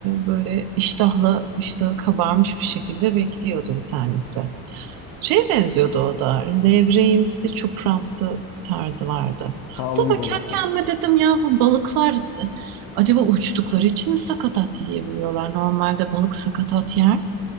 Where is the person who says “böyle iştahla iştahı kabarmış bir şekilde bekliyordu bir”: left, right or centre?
Right